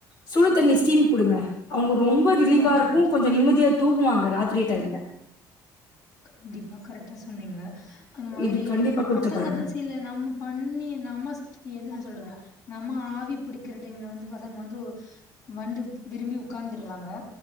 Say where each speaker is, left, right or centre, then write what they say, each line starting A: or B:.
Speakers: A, on the left; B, on the left.
A: சுடு தண்ணி ஸ்டீம் குடுங்க அவுங்க ரொம்ப ரிலீஃப்பா
B: ஓகே
A: இருக்கு
B: ஓகே
A: கொஞ்சோ நிம்மதியா தூங்குவாங்க ராத்திரி டைம்ல
B: கண்டிப்பா கரெக்டா சொன்னீங்க அந்த மாதிரி
A: இது கண்டிப்பா குடுத்து
B: பசங்கதா
A: பாருங்க
B: சில நம்ம பண்ணி நமஸ் எதுனு சொல்றது நம்ம ஆவி பிடிக்கிற டைம்ல வந்து பசங்க வந்து ஓ வந்து விரும்பி உட்கார்ந்துடுறாங்க